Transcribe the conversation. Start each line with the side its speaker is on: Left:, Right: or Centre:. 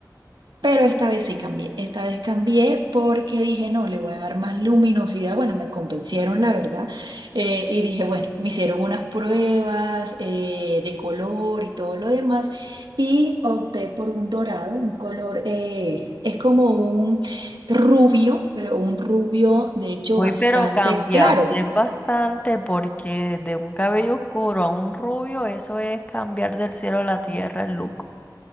Right: Pero esta vez sí cambié, esta vez cambié porque dije, no, le voy a dar más luminosidad. Bueno, me convencieron, la verdad. Eh, y dije, bueno, me hicieron unas pruebas eh, de color y todo lo demás. Y opté por un dorado, un color, eh, es como un rubio, pero un rubio, de hecho,
Left: Uy,
Right: bastante
Left: pero cambiaste
Right: claro.
Left: bastante porque de un cabello oscuro a un rubio, eso es cambiar del cielo a la tierra el look.